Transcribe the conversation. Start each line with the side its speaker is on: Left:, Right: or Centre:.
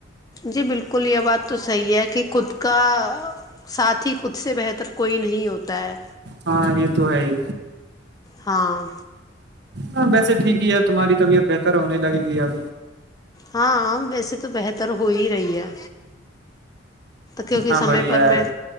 Left: جی بالکل یہ بات تو صحیح ہے کہ خود کا ساتھ ہی خود سے بہتر کوئی نہیں ہوتا ہے
Right: ہاں یہ تو ہے ہی
Left: ہاں
Right: ہاں ویسے ٹھیک ہی ہے اب تمہاری طبیعت بہتر ہونے لگے گی اب
Left: ہاں ویسے تو بہتر ہو ہی رہی ہے کیونکہ
Right: ہاں
Left: سمے
Right: بڑھیا
Left: پر میں
Right: ہے